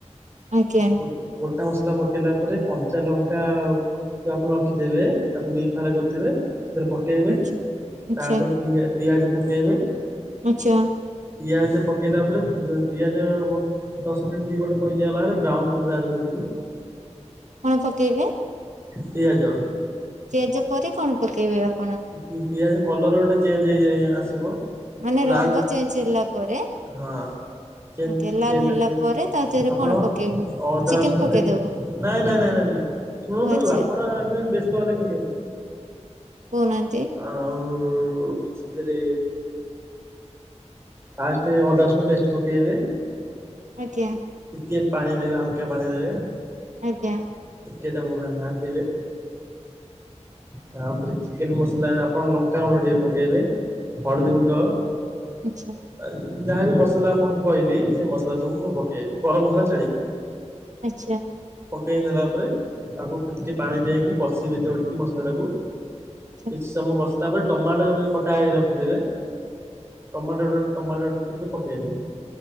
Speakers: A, on the right; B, on the right.
A: ଆଜ୍ଞା
B: ଗୋଟ ଗୋଟା ମସ୍ ମସଲା ପକେଇଲା ପରେ କଞ୍ଚା ଲଙ୍କା ଯୋଉଁ ଆପଣ ରଖିଥିବେ ତାକୁ ଦି ଫାଳ କରିଦେବେ। ସେଥିରେ ପକେଇବେ।
A: ଆଚ୍ଛା ଆଚ୍ଛା
B: ତାପରେ ପି ପିଆଜ ପକେଇବେ
A: ଆଚ୍ଛା।
B: ପିଆଜ ପକେଇଲା ପରେ ପିଆଜ ଦଶ ମିନିଟ ଗୋଟେ ଇଏ ହେଲାପରେ ବ୍ରାଉନ <unintelligible> ଆସିବ ଟିକେ
A: କଣ ପକେଇବେ?
B: ପିଆଜ।
A: ପିଆଜ ପରେ କଣ ପକେଇବେ ଆଉ।
B: ପି ପିଆଜ କଲର ଗୋଟେ ଚେଞ୍ଜ ହେଇଯାଇ ଆସିବ।
A: ମାନେ
B: ଲାଲ
A: ରଙ୍ଗ ଚେଞ୍ଜ ହେଲା ପରେ।
B: ହଁ <unintelligible>
A: ଆଜ୍ଞା ଲାଲ ହେଲା ପରେ ତା ଦେହରେ
B: ଆପଣ
A: କଣ ପକେଇବୁ?
B: ଅଦା
A: ଚିକେନ
B: ରସୁଣ
A: ପକେଇଦବୁ
B: ପିଆ ନାଇଁଁ ନାଇଁ ନାଇଁ ନାଲି ଶୁଣନ୍ତୁ
A: ଓ ଆଚ୍ଛା
B: ଆପଣ ଏବେ ବ୍ୟସ୍ତ ହେଲେ କେମିତି ହେବ।
A: କୋଉନାହା
B: ଆଉ ଶେତିରେ ଫାଷ୍ଟ ଅଦା ରସୁଣ ପେଷ୍ଟ ପକେଇବେ। ଟିକେ
A: ଆଜ୍ଞା
B: ପାଣି ଦେବେ ହାଲକାହ ପାଣି ଦେବେ।
A: ଆଜ୍ଞା।
B: ଟିକେ ତାକୁ ଘା ଘାଣ୍ଟିବେ। ତାପରେ ଚିକେନ ମସଲା ଆପଣ ଲଙ୍କା ଗୁଣ୍ଡ ଟିକେ ପକେଇବେ। ହଳଦୀ ଗୁଣ୍ଡ ଆ
A: ଆଚ୍ଛା
B: ଯାହାବି ମସଲା ଆପଣଙ୍କୁ କହିଲି ସେ ମସଲା ସବୁ କୁ ପକେଇବେ ଗରମ ମସଲା ଛାଡିକି।
A: ଆଚ୍ଛା।
B: ପକେଇ ସାରିଲା ପରେ ତାକୁ ଟିକେ ପାଣି ଦେଇଁକି କଷି ଭିତରେ ଉଠିକି ମସଲା ଟାକୁ। କିଛି
A: ଆଚ୍ଛା
B: ସମୟ କସିଲା ପରେ ଟମାଟୋ କଟା ହେଇକି ରଖିଥିବେ। ଟମାଟୋ ଟମାଟୋ ଟିକେ ପକେଇବେ।